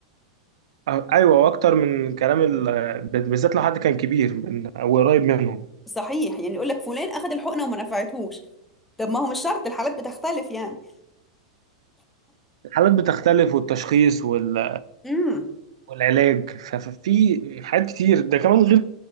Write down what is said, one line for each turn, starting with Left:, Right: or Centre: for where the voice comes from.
Right: أه، ايوه واكتر من كلام ال... بالذات لو حد كان كبير من... او قريب منهم
Centre: صحيح يعني يقول لك فلان اخذ الحقنه وما نفعتهوش طب ما هو مش شرط الحالات بتختلف يعني
Right: الحالات بتختلف والتشخيص وال...
Centre: امم
Right: والعلاج ف- ففي حاجات كتير ده كمان غير